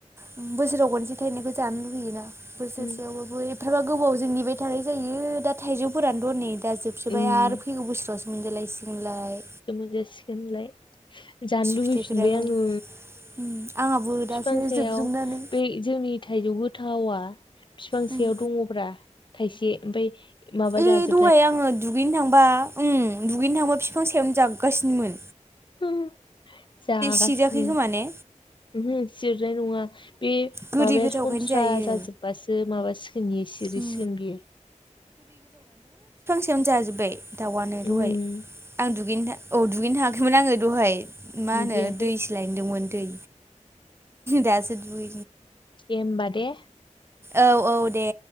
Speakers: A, on the right (about 20°); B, on the left (about 40°).
A: उम बोसोराव गनसे थायनायखौ जानो लुुबैयोना बोसोरसेयावबाबो
B: उम
A: एफाबा गोबावजों नेबाय थानाय जायो दा थाइजौफोरानोथ' नै दा जोबसोबाय
B: उम
A: आरो फैगौ बोसोरावसो मोनजालायसि गोनलाय
B: जोबसिगोनलाय जानो लुबैफिनबाय
A: फिथाइफोराबो
B: आङो
A: उम आंहाबो
B: बिफां
A: दासो
B: सायाव
A: जोबजोबनानै
B: बे जोंनि थाइजौ गोथावा बिफांसेयाव
A: उम
B: दङब्रा थाइसे ओमफ्राय माबा
A: ए
B: जाजोब
A: दहाय आङो दुगैनो थांबा उम दुगैनो थांबा बिफां सायावनो जागासिनो नो
B: ओ जागासिनो
A: सिजायाखै खोमा ने
B: उमहो जिरनाय नङा बे
A: गोदै
B: माबाया
A: गोथावखायनो
B: संस्रा
A: जायो
B: जाजोबबासो माबासो नि सिरि
A: उम
B: सिगोन बियो
A: सेम जाजोबबाय दाउआनो
B: उम
A: दहाय आं दुगैनो औ दुगैनो थाङाखैमोन आङो दहाय मा
B: दुगैयाखै
A: होनो दैसो लायदोंमोन दै दासो दु
B: ए होमबा दे
A: औ औ दे